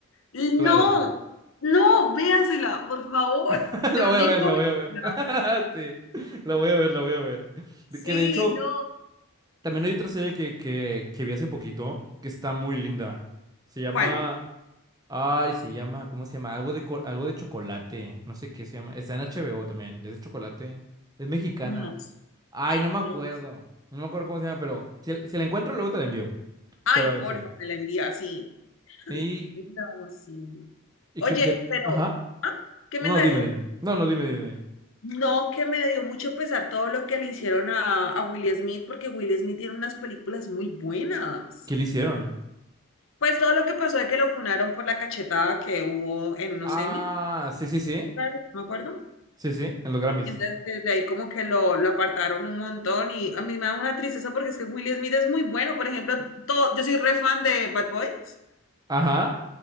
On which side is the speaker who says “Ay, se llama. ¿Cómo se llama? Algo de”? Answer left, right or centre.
Right